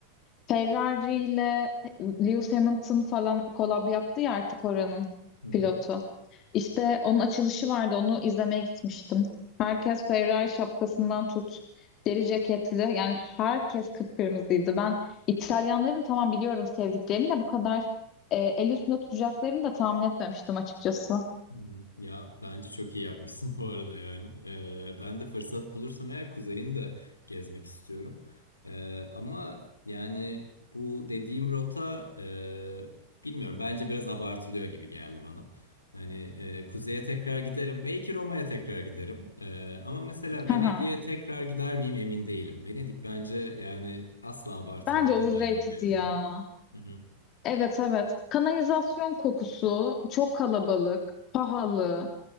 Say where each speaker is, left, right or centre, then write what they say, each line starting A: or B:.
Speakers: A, on the left; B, on the left.
A: Ferrari ile Lewis Hamilton falan kolab yaptı ya artık oranın
B: Hı hı.
A: pilotu. İşte onun açılışı vardı. Onu izlemeye gitmiştim. Herkes Ferrari şapkasından tut. Deri ceketli. Yani herkes kıpkırmızıydı. Ben İtalyanların tamam biliyorum sevdiklerini de bu kadar e, el üstünde tutacaklarını da tahmin etmemiştim açıkçası.
B: Hı hı. Ya bence çok iyi yapmışsın <laughs> bu arada yani. Ee, ben de fırsat bulursam eğer kuzeyini de gezmek istiyorum. Ee, ama yani bu dediğim rota e, bilmiyorum bence biraz abartılıyor gibi geldi bana. Hani e, kuzeye tekrar giderim. Belki Roma'ya tekrar giderim. Ee, ama mesela
A: Hı
B: Venedik'e
A: hı.
B: tekrar gider miyim emin değilim. Venedik bence yani asla abartıldığı
A: Bence overrated
B: kadar yok yani.
A: ya.
B: Hı hı.
A: Evet evet. Kanalizasyon kokusu, çok kalabalık, pahalı,